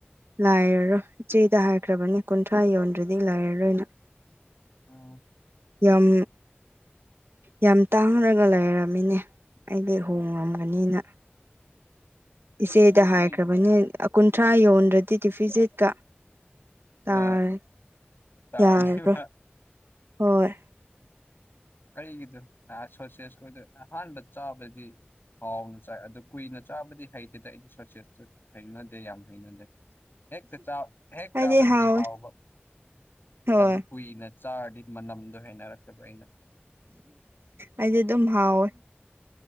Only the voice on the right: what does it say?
ꯂꯥꯏꯔꯔꯣ ꯏꯆꯦꯗ ꯍꯥꯏꯈ꯭ꯔꯕꯅꯤ ꯀꯨꯟꯊ꯭ꯔꯥ ꯌꯣꯟꯗ꯭ꯔꯗꯤ ꯂꯩꯔꯔꯣꯏꯅ
ꯌꯥꯝ ꯌꯥꯝ ꯇꯥꯡꯔꯒ ꯂꯩꯔꯝꯃꯤꯅꯦ ꯑꯩꯗꯤ
ꯍꯣꯡꯉꯝꯒꯅꯤꯅ ꯏꯆꯦꯗ ꯍꯥꯏꯈ꯭ꯔꯕꯅꯤ
ꯀꯨꯟꯊ꯭ꯔꯥ ꯌꯣꯟꯗ꯭ꯔꯗꯤ ꯇꯗꯤꯐꯤꯖꯤꯠꯇ ꯇꯥꯏ
ꯌꯥꯔꯔꯣꯏ ꯍꯣꯏ
ꯑꯩꯗꯤ
ꯍꯥꯎꯋꯦ
ꯍꯣꯏ
ꯑꯩꯗꯤ ꯑꯗꯨꯝ ꯍꯥꯎꯋꯦ